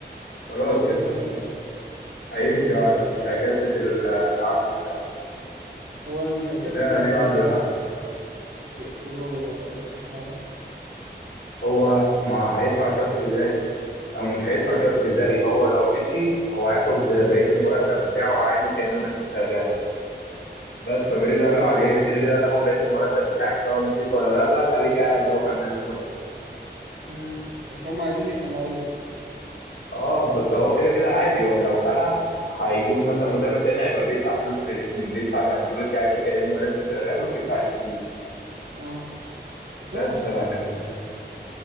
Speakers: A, on the left; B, on the right.
A: خلاص
B: هو انشيلوتي
A: كده
B: هيمشي
A: هيمشي آه، مش هيجدد ال- العقد بتاعه
B: هو اللي مش هيجدد
A: كفايه
B: ولا
A: عليه بعد
B: هي الريال
A: اللي حصل
B: بتقول له آه، اخلع بقى
A: هو ما هيدفع شرط جزائي او مش هيدفع شرط جزائي هو لو مشي هو هياخد بقيه المرتب بتاعه عادي كانه لسه شغال بس فبريز قال
B: اه
A: له على ايه كده كده هتاخد بقيه المرتب بتاعك سواء مشيت ولا لا لا خليك قاعد بقى وكمل المده
B: مم. بس هم عايزين
A: بس
B: يخلعوه
A: اه بس هو كده كده عادي هو لو خلع هيجيب مثلا مدرب تاني هيبقى بيدفع فلوس للاتنين بيدفع لانشيلوتي عادي كأنه لسه شغال وبيدفع للجديد
B: اه بس
A: بس
B: هو انشيلوتي
A: عشان
B: مش وحش
A: كده
B: يعني.